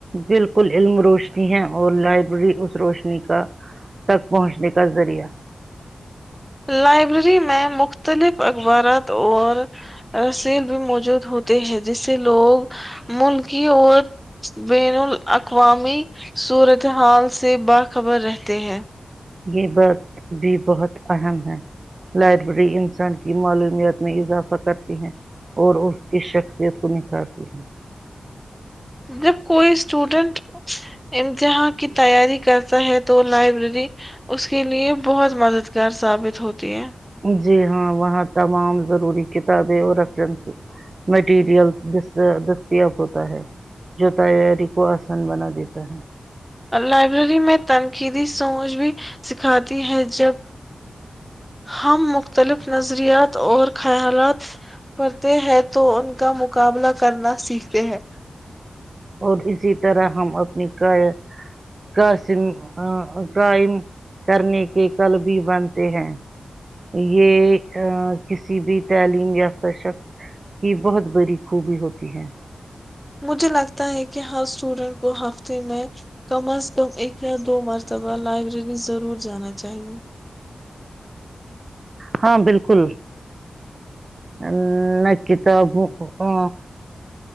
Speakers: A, on the right; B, in the centre.
A: بالکل علم روشنی ہے اور لائبریری اس روشنی کا تک پہنچنے کا ذریعہ
B: لائبریری میں مختلف اخبارات اور رسیل بھی موجود ہوتے ہیں جسے لوگ ملکی اور بین الاقوامی صورتحال سے باخبر رہتے ہیں
A: یہ بات بھی بہت اہم ہے لائبریری انسان کی معلومیت میں اضافہ کرتی ہے اور اس کی شخصیت کو نکھارتی ہے
B: جب کوئی اسٹوڈنٹ جہاں کی تیاری کرتا ہے تو لائبریری اس کے لیے بہت مددگار ثابت ہوتی ہے
A: جی ہاں وہاں تمام ضروری کتابیں اور ریفرنس مٹیریل دستیاب ہوتا ہے جو تیاری کو آسان بنا دیتا ہے
B: لائبریری میں تنقیدی سوچ بھی سکھاتی ہے جب ہم مختلف نظریات اور خیالات پڑتے ہیں تو ان کا مقابلہ کرنا سیکھتے ہیں
A: اور اسی طرح ہم اپنی کا قسم قائم کرنے کے کل بھی بنتے ہیں یہ کسی بھی تعلیم یافتہ شخص کی بہت بریی خوبی ہوتی ہے
B: مجھے لگتا ہے کہ ہر اسٹوڈنٹ کو ہفتے میں کم از کم ایک یا دو مرتبہ لائبریری ضرور جانا چاہیئے
A: ہاں بالکل ا میں کتاب ہ